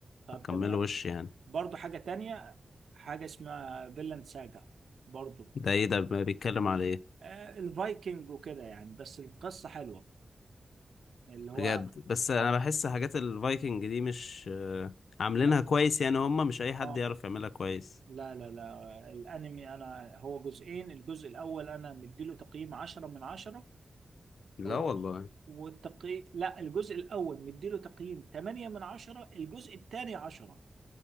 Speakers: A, on the right (about 80°); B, on the left (about 85°).
A: طب
B: هكمله
A: تمام
B: وش يعني
A: برضه حاجة تانية حاجة اسمها فيلاند ساجا برضه
B: ده ايه ده بيتكلم على ايه
A: آه الفايكنج وكده يعني بس القصة حلوة اللي هو
B: بجد بس انا
A: اه
B: بحس حاجات الفايكنج دي مش آه، عاملينها
A: لا
B: كويس يعني هم مش اي حد
A: اه
B: يعرف يعملها كويس
A: لا لا لا الانمي انا هو جزئين الجزء الاول انا مديله تقييم 10 من 10
B: لا
A: هو
B: والله
A: والتقي لا الجزء الاول مديله تقييم 8 من 10 الجزء الثاني 10